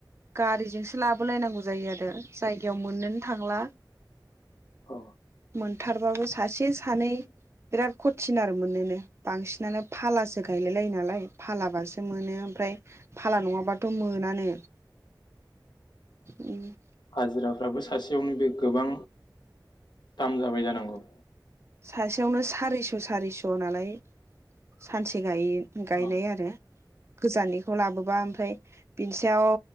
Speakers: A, on the right; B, on the left.
A: गारिजोंसो लाबो लायनांगौ जायो आरो जायगायाव मोननोनो थांला।
B: अ
A: मोनथारबाबो सासे सानै बिराद कथिन आरो मोननोनो बांसिनानो फालासो गायलायो नालाय फालाबासो मोनो। ओमफ्राय फाला नङाब्ला थ' मोनानो। <inaudible>
B: हाजिराफ्राबो सासेयावनो बे गोबां दाम जाबाय जानांगौ।
A: सासेयावनो सारिस' सारिस' नालाय सानसे गायो गायलायय
B: अ
A: आरो। गोजाननिखौ लाबोबा ओमफ्राय बिनि सायाव